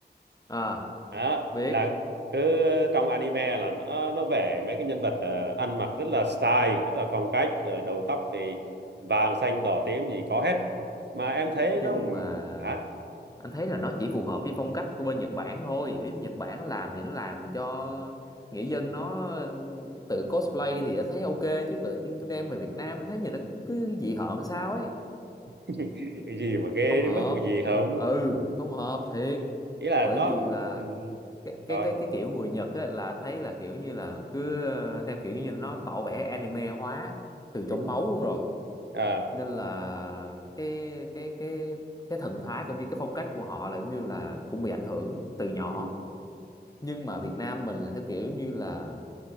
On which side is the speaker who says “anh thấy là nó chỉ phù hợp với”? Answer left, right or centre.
Left